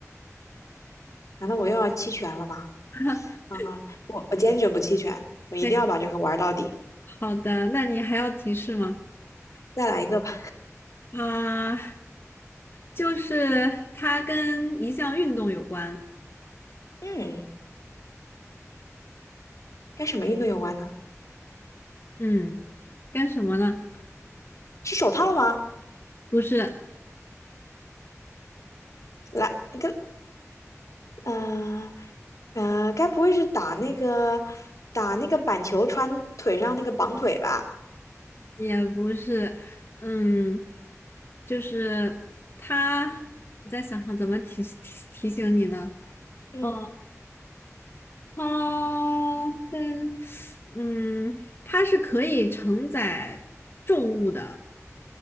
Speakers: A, on the left; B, on the left.
A: 难道我又要弃权了吗？
B: <laughs>
A: 啊，我我坚决不弃权，我一定要把这个玩到底。
B: 再见好的，那你还要提示吗？
A: 再来一个吧。
B: 啊、就是它跟一项运动有关，
A: 嗯，跟什么运动有关呢？
B: 嗯，跟什么呢？
A: 是手套吗？
B: 不是，
A: 来，跟嗯、呃呃，该不会是打那个打那个板球穿腿上那个绑腿吧？
B: 也不是，嗯，就是它，我在想想怎么提提提醒你呢？
A: 嗯，
B: 嗯，它跟，嗯，它是可以承载重物的，